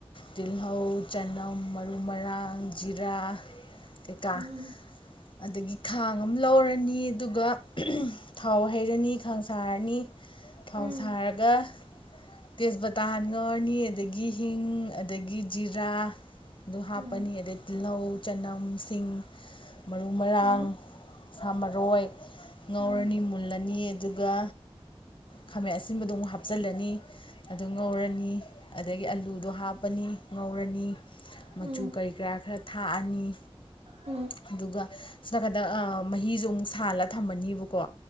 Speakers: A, on the left; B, on the right.
A: ꯇꯤꯜꯍꯧ ꯆꯅꯝ ꯅꯝ ꯃꯔꯨ ꯃꯔꯥꯡ ꯖꯤꯔꯥ ꯀꯩꯀꯥ
B: ꯎꯝ
A: ꯑꯗꯒꯤ ꯈꯥꯡ ꯑꯃ ꯂꯧꯔꯅꯤ ꯑꯗꯨꯒ ꯊꯥꯎ ꯍꯩꯔꯅꯤ ꯈꯥꯡ ꯁꯥꯔꯅꯤ ꯊꯥꯎ
B: ꯎꯝ ꯎꯝ
A: ꯁꯥꯔꯒ ꯇꯦꯁꯄꯇꯥꯍꯟꯉꯧꯔꯅꯤ ꯑꯗꯒꯤ ꯍꯤꯡ ꯑꯗꯒꯤ ꯖꯤꯔꯥ ꯑꯗꯨ ꯍꯥꯞ
B: ꯎꯝ
A: ꯄꯅꯤ ꯑꯗꯩ ꯇꯤꯜꯍꯧ ꯆꯅꯝ ꯁꯤꯡ ꯃꯔꯨ ꯃꯔꯥꯡ
B: ꯎꯝ
A: ꯁꯥ ꯃꯔꯣꯏ ꯉꯧꯔꯅꯤ
B: ꯎꯝ ꯎꯝ
A: ꯃꯨꯜꯂ ꯅꯤ ꯑꯗꯨꯒ ꯈꯥꯃꯦꯟ ꯑꯁꯤꯟꯕꯗꯨ ꯑꯃꯨꯛ ꯍꯥꯞꯆꯤꯜꯂꯅꯤ ꯑꯗꯨ ꯉꯧꯔꯅꯤ ꯑꯗꯒꯤ ꯑꯂꯨꯗꯣ ꯍꯥꯞꯄꯅꯤ ꯉꯧꯔꯅꯤ ꯃ
B: ꯎꯝ
A: ꯆꯨ ꯀꯩꯀꯥ ꯈꯔ ꯊꯥꯛꯑꯅꯤ
B: ꯎꯝ
A: ꯑꯗꯨꯒ ꯁꯣ ꯅꯥꯀꯟꯗ ꯃꯍꯤꯖꯨ ꯑꯃꯨꯛ ꯁꯥꯍꯜꯂ ꯊꯝꯃꯅꯤꯕꯀꯣ